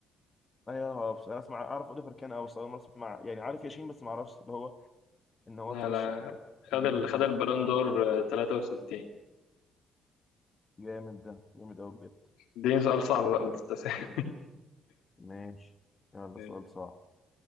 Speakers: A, on the left (about 25°); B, on the left (about 85°).
A: ايوه هو بس انا اسمع اعرف اوليفر كان اه بس اول مره اسمع يعني عارف ياشين بس ما اعرفش اللي هو ان هو
B: لا
A: ترشح
B: لا
A: ل
B: خد
A: Husband
B: ال... خد
A: or
B: البالون
A: Wife.
B: دور آه، 63
A: جامد ده جامد قوي بجد
B: دي سؤال صعب بقى ما تستسهل
A: ماشي يلا
B: مم.
A: سؤال صعب